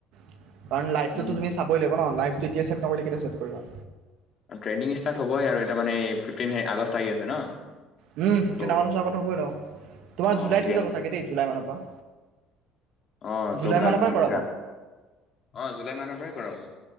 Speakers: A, on the right; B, on the left.
A: কাৰণ লাইভটোটো
B: উম
A: তুমি চাকৰি লাগিব ন', লাইফটো এতিয়া ছেট নকৰিলে কেতিয়া ছেট কৰিবী।
B: অ ট্ৰেইনিং ষ্টাৰ্ট হ'বই আৰু এটা মানে ফিফটিন আগষ্ট আহি আছে ন'।
A: উম, ফিফটিন
B: ত'
A: আগষ্টৰ আগত হ'বই আৰু তোমাৰ
B: অ
A: জুলাইত
B: গেন
A: হৈ যাব চাগে দেই, জুলাই মানৰ পৰা।
B: অ',
A: জুলাই
B: ত', গান,
A: মানৰ পৰাই কৰাব।
B: গান অ', জুলাই মানৰ পৰাই কৰাব। ত',